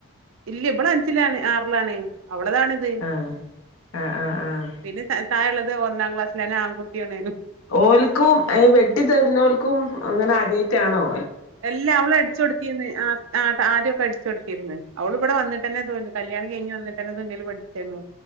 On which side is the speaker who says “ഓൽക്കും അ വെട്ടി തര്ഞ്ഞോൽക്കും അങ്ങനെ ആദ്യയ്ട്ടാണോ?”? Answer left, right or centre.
Left